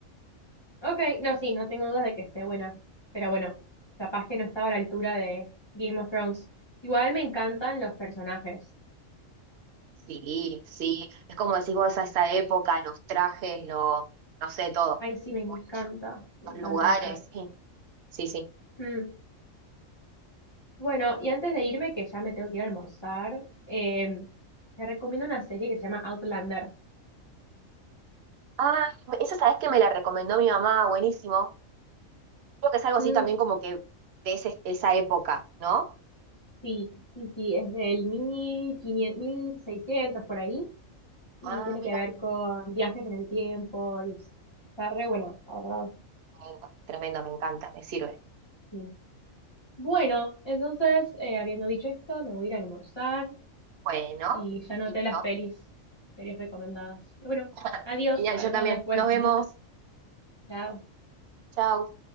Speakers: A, on the left; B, on the right.
A: Ok, no, sí, no tengo dudas de que esté buena, pero bueno, capaz que no estaba a la altura de Game of Thrones. Igual me encantan los personajes.
B: Sí, sí, es como decís vos a esa época, los trajes, lo, no sé, todo,
A: Ay, sí, me encanta,
B: Muy bello.
A: me encanta
B: los lugares,
A: eso.
B: sí, sí, sí.
A: Mm. Bueno, y antes de irme, que ya me tengo que ir a almorzar, eh, te recomiendo una serie que se llama Outlander.
B: Ah, esa sabes que me la recomendó mi mamá, buenísimo. Creo que es algo
A: Mm,
B: así también como que de ese- esa época, ¿no?
A: sí, sí, sí, es del mil quinientos, mil seiscientos por ahí, y
B: Ah,
A: tiene
B: mira,
A: que ver con viajes en el tiempo, y s- está re bueno, la verdad,
B: tremendo, tremendo, me encanta, me sirve.
A: sí. Bueno, entonces, eh, habiendo dicho esto, me voy a ir a almorzar,
B: Bueno,
A: y ya anoté
B: listo.
A: las pelis, series recomendadas. Pero bueno,
B: <laughs>
A: adiós,
B: Genial,
A: hablamos
B: yo también.
A: después.
B: Nos vemos.
A: <laughs> Chao.
B: Chao.